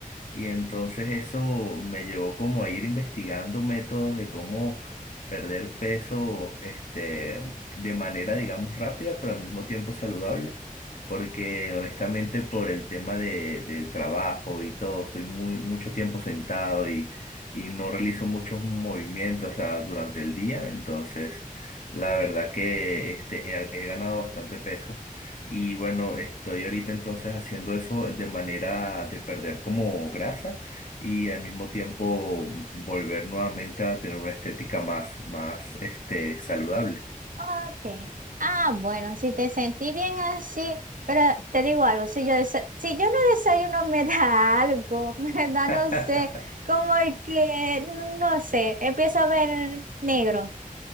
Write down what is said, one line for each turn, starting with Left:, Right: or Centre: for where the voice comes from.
Left: Y entonces eso me llevó como a ir investigando métodos de cómo perder peso, este, de manera, digamos, rápida, pero al mismo tiempo saludable. Porque honestamente por el tema de, del trabajo y todo, estoy muy, mucho tiempo sentado y, y no realizo muchos movimientos, o sea, durante el día. Entonces, la verdad que este, he he ganado bastante peso. Y bueno, estoy ahorita entonces haciendo eso de manera de perder como grasa y al mismo tiempo volver nuevamente a tener una estética más, más este, saludable.
Right: Ok. Ah, bueno, si te sentí bien así, pero te digo algo, si yo, desa- si yo no desayuno <laughs> me da algo, <laughs> me da,
Left: <laughs>
Right: no sé, como el que, no sé, empiezo a ver negro.